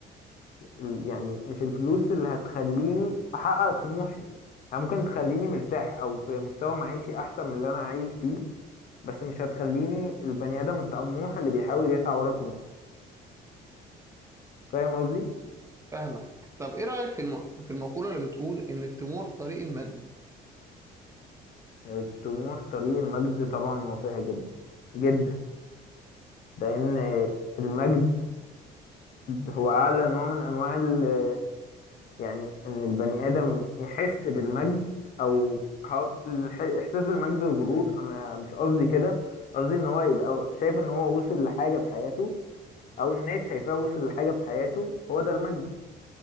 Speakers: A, on the left; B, on the right.
A: ال- يعني مش الفلوس اللي هتخليني احقق طموحي هي ممكن تخليني مرتاح او في مستوى معيشي احسن من اللي انا عايش فيه بس مش هتخليني البني ادم الطموح اللي بيحاول يسعى ورا طموحه فاهم قصدي
B: فاهمك طب ايه رايك في الم... في المقوله اللي بتقول ان الطموح طريق المجد
A: الطموح طريق المجد طبعا موافقها جدا جدا لان المجد هو اعلى نوع من انواع ال- يعني ان البني ادم يحس بالمجد او ه- الح- الاحساس بالمجد والغرور انا مش قصدي كده قصدي ان هو يبقى شايف ان هو وصل لحاجه في حياته او الناس شايفاه وصل لحاجه في حياته هو ده المجد